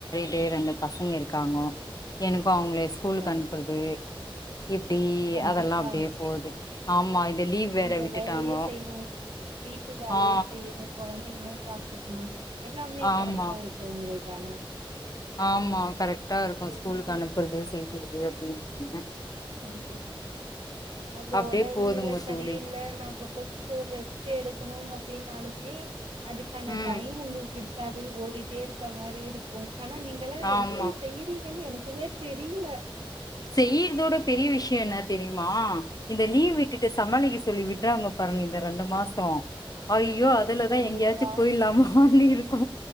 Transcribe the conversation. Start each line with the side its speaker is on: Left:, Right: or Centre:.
Left: டே ரெண்டு பசுங்க இருக்காங்கோ எனுக் ப்போ அவுங்ளே ஸ்கூலுக்
Right: சரி
Left: அனுப்புற்து இப்டி
Right: கண்டிப்பா
Left: அதல்லா அப்டே போது ஆம்மா இந்த லீவ் வேற
Right: உங்க
Left: விட்டுட்டாங்கோ
Right: வேலையு செய்யணு வீட்டு வேலையு
Left: ஆ
Right: செய்யணு கொழந்தைங்கள பாத்துக்கணு எல்லாமே
Left: ஆமா
Right: கரெக்ட்டாருக்கு ஒங்குள் தனா
Left: ஆமா கரெக்டா இருக்கு ஸ்கூல்க்கு அனுப்பற்து செய்யிற்து அப்டின் னு
Right: கண்டிப் நம்ப
Left: அப்டியே
Right: ஒடல்நில
Left: போதுங்க
Right: சரியில்ல
Left: தோழி
Right: நம்ப கொஞ்சோ ரெஸ்ட் எடுக்கணுங்க ப்டின்னாலுமே அதுக்கான
Left: ம்
Right: டைம் உங்குள்க் இர் காது ஓடிட்டே இருக்க மாரி இருக்கு ஆனா நீங்களா
Left: ஆமா
Right: எப்டி செய்றீங்கனு எனக் துமே தெரிய்ல
Left: செய்யிற்தோட பெரிய விஷ்ய என்ன தெரிய்மா இந்த லீவ் விட்டுட்டு சமாளிக்க சொல்லி விட்றாங்க பாருங்க இந்த ரெண்டு மாசோ அய் யோ அதுலதா
Right: கண்டிப்பா
Left: எங்யாச்சு பொயிற்லாமானு இருக் கோ